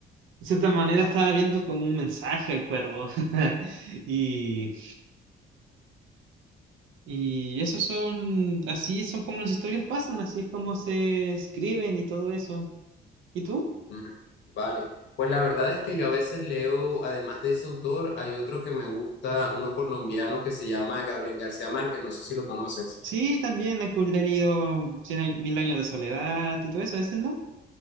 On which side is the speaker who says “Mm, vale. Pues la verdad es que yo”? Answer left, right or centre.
Left